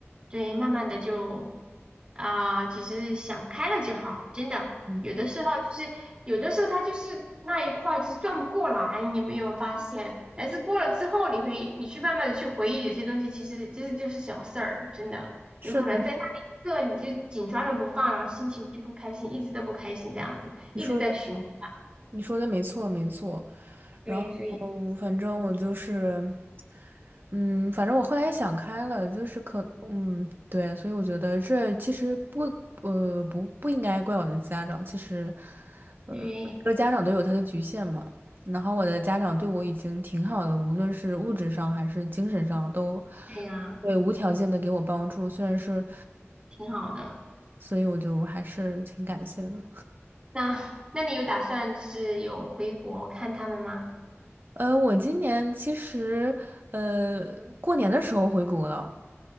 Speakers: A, on the right; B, on the right.
A: 所以慢慢的就啊、其实想开了就好，真的。
B: 嗯，
A: 有的时候就是有的时候他就是那一块就是转不过来，你有没有发现？但是过了之后，你会你去慢慢的去回忆有些东西，其实就是就是小事儿，真的。
B: 是的，
A: 有可能在那一刻你就紧抓着不放，然后心情就不开心，一直都不开心这样子，
B: 你说的
A: 一直在循环。
B: 你说的没错，没错。
A: 对，
B: 然后反正我就是，
A: 所以
B: 嗯，反正我后来也想开了，就是可，嗯，对，所以我觉得这其实不，呃，不不应该怪我的家长，其实，呃，
A: 对
B: 每个家长都有他的局限嘛。然后我的家长对我已经挺好的，无论是物质上还是精神上，都
A: 对呀、
B: 会无条件的给我帮助。虽然是，
A: 挺好的。
B: 所以我就还是挺感谢的。
A: 那那你有打算就是有回国看他们吗？
B: 呃，我今年其实呃过年的时候回国了，